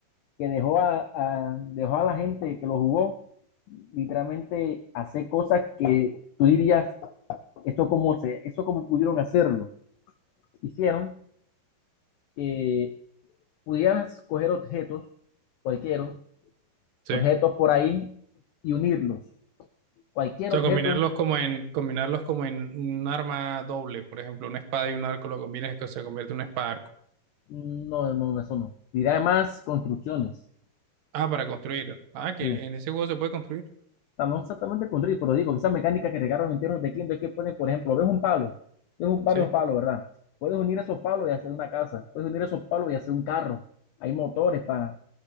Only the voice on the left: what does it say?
que dejó a, a- dejó a la gente que lo jugó literalmente hacer cosas que tú dirías, esto cómo se, eso cómo pudieron hacerlo. Hicieron que pudieras coger objetos, cualquiera,
objetos
por ahí y unirlos. Cualquier
objeto,
no, no, eso no. Y además construcciones.
Sí.
estamos exactamente con Drill, pero digo, esas mecánicas que regaron enteros de Kindle es que pueden, por ejemplo, ves un palo, ves un- varios
palos, ¿verdad? Puedes unir esos palos y hacer una casa, puedes unir esos palos y hacer un carro, hay motores para,